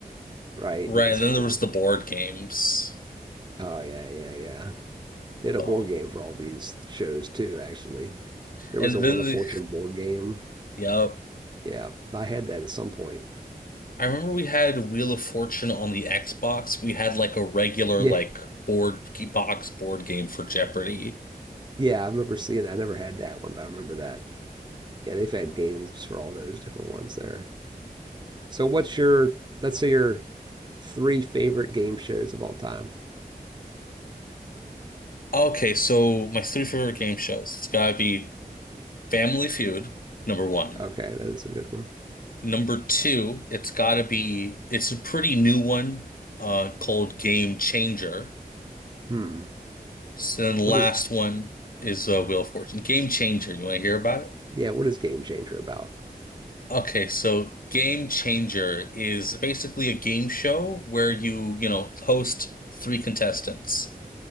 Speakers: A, on the right; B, on the left.
A: right?
B: Right,
A: You just
B: and then
A: feel
B: there
A: like,
B: was the board games.
A: oh yeah, yeah, yeah. They had a
B: Oh.
A: board game for all these shows too, actually. There
B: And
A: was a Wheel
B: then
A: of
B: the
A: Fortune board game.
B: yep.
A: Yeah, I had that at some point.
B: I remember we had Wheel of Fortune on the Xbox. We had like a regular
A: Yeah,
B: like board box board game for Jeopardy.
A: yeah, I remember seeing that. I never had that one, but I remember that. yeah, they've had games for all those different ones there. So what's your let's say your three favorite game shows of all time?
B: Okay, so my three favorite game shows. It's gotta be Family Feud, number one.
A: Okay, that is a good one.
B: Number two, it's gotta be it's a pretty new one, uh, called Game Changer.
A: Hmm.
B: So then the last
A: What is
B: one is uh, Wheel of Fortune. Game Changer, you wanna hear about it?
A: yeah, what is Game Changer about?
B: Okay, so Game Changer is basically a game show where you, you know, host three contestants.